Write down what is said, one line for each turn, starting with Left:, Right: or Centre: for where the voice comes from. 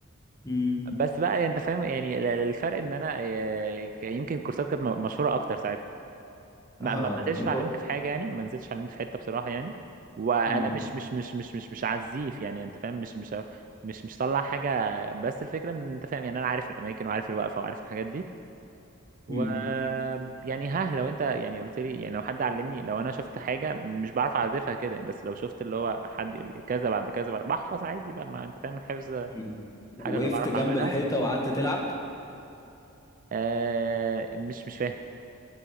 Left: امم
Right: بس بقى انت فاهم يعني ال- الفرق ان انا آه، ك- يمكن الكورسات كانت م- مشهورة اكتر ساعتها ما
Left: آه
Right: ما ما نزلتش
Left: كنت
Right: اتعلمت في حاجه يعني ما نزلتش اتعلمت في حته بصراحه يعني وانا
Left: امم
Right: مش مش مش مش مش مش عزيف يعني انت فاهم مش مش مش مش طلع حاجه بس الفكره ان انت فاهم يعني انا عارف الاماكن وعارف الوقفه وعارف الحاجات دي و
Left: امم
Right: يعني ها لو انت يعني قلت لي يعني لو حد علمني لو انا شفت حاجه مش بعرف اعزفها كده بس لو شفت اللي هو حد يقول لي كذا بعد كذا بعد بحفظ عادي بقى ما انت فاهم الحفظ
Left: امم وقفت
Right: حاجه اللي بعرف
Left: جنب
Right: اعملها
Left: الحيطة وقعدت تلعب
Right: آه مش مش فاهم